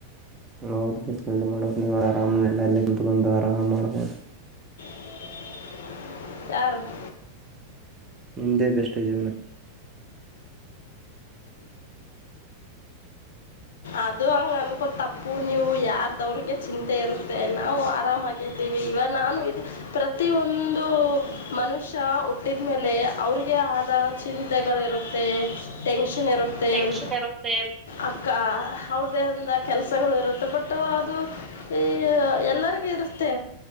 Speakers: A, on the right (about 20°); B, on the left (about 60°).
A: ಹೌದು ಬಿಸಲ್ಲಿ ಮಾಡ ನೀವು ಆರಾಮನಲ್ಲಲ್ಲಂತ ಬಂದು ಆರಾಮ್ ಮಾಡಬೋದು
B: ಹೂ ಹೂ <unintelligible> ಯಾರು <inaudible>
A: ನಿಮ್ದೇ ಬೆಸ್ಟ್ ಜೀವನ
B: ಅದು ಹಂಗ ಅನ್ಕೊತಪ್ಪ ಪೂ ನೀವು ಯಾರ್ದವ್ರಿಗೆ ಚಿಂತೆ ಇರುತ್ತೆ ನಾವು ಆರಾಮಾಗಿದ್ದೀವಿ ಇವ ನಾನು ಇ ಪ್ರತಿ ಪ್ರತಿ ಒಂದು ಮನುಷ್ಯ ಹಟ್ಟಿದ್ಮೇಲೆ ಅವ್ರಿಗೆ ಆದ ಚಿಂತೆಗಳಿರುತ್ತೆ ಟೆನ್ಷನ್ ಇರುತ್ತೆ
A: ಟೆನ್ಷನ್ ಇರುತ್ತೆ
B: ಅಕ್ಕ ಅವ್ರ್ದೇಂದ ಕೆಲ್ಸಗಳು ಇರುತ್ತೆ ಬಟ್ ಅದು ಈ ಎಲ್ಲರಿಗ ತೆ